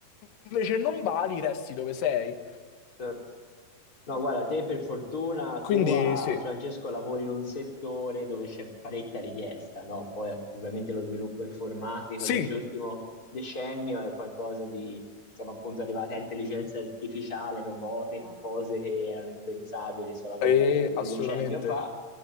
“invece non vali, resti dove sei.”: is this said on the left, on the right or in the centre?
Left